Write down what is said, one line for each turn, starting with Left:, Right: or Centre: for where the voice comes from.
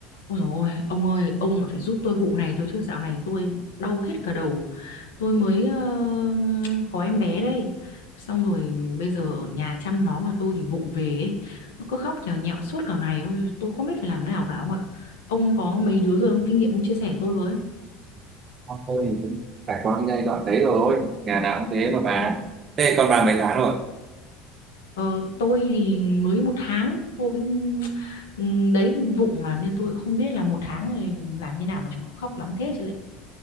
Left: Ôi dồi ôi, ông ơi, ông lại phải giúp tôi vụ này tôi chứ dạo này tôi đau hết cả đầu. Tôi mới ờ, có em bé đây. Xong rồi bây giờ ở nhà chăm nó mà tôi thì vụng về ấy. Nó cứ khóc nhào nhạo suốt cả ngày. Ôi, Tôi không biết phải làm nào cả ông ạ. Ông có mấy đứa rồi ông kinh nghiệm ông chia sẻ tôi với.
Right: Thôi cũng trải qua cái giai đoạn đấy rồi nhà nào cũng thế mà bà thế con bà mấy tháng rồi
Left: Ờ, tôi thì mới một tháng tôi <tsk> ừ, đấy vụng mà nên tôi cũng không biết là một tháng này làm như nào mà chúng nó khóc lắm thế chứ lệ.